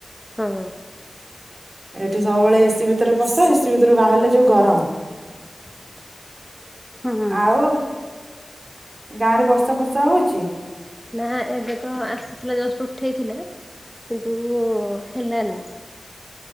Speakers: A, in the centre; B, on the right.
A: ହଁ।
B: ଏଠି ସବୁବେଳେ ଏସିି ଭିତରେ ପସେ ଏସିି ଭିତରୁ ବାହାରିଲେ ଯୋଉ ଗରମ।
A: <inaudible> ହଁ।
B: ଆଉ ଗାଁରେ ବର୍ଷା ପର୍ଷା ହଉଛି।
A: ନା ଏବେ ତ ଆସିଥିଲା ଜଷ୍ଟ ଉଠାଇଥିଲା, କିନ୍ତୁ ହେଲାନି।